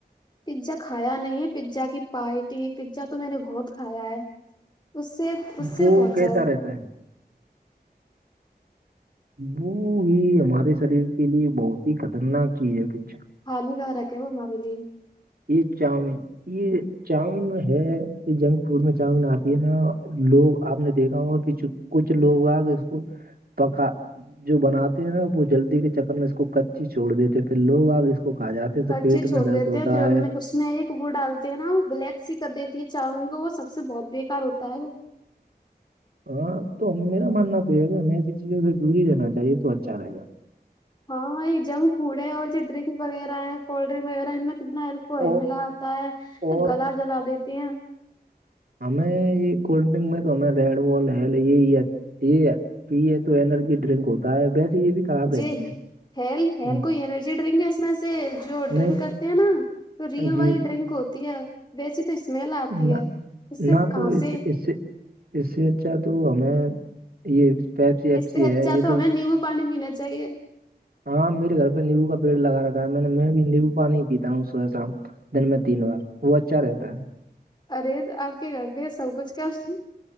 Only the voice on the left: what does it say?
پیزا کھایا نہیں ہے پیزا کی پارٹی پیزا تو میں نے بہت کھایا ہے اس سے اس سے
بہت
زیادہ
ہانیگارک ہے وہ معاملی
کچے
چھوڑ
دیتے
ہیں پھر ان
میں وس میں ایک وہ ڈالتے ہیں نا وہ بلیک سی کر دیتی ہے چاہوں وہ سب سے بہت بیکار ہوتا ہے وہ
ہاں جنگ فوڈ ہے اور جو ڈرنک وغیرہ ہیں کولڈ ڈرنک وغیرہ ان میں کتنا الک کوئل
ملاتا ہے
گلا جلا دیتی ہیں
جی
ہیل
ہیل کوئی ڈرنک ہے اس میں سے جو ڈرنک
کرتے ہیں نا تو رئیل
والی ڈرنک ہوتی ہے ویسی تو اسمیل اتی
ہے اس سے
کھانسی
اس سے اچھا
ہمیں نیمبو پانی پینا چاہیے
ارے اپ کہ گھر سب کچھ کا سہ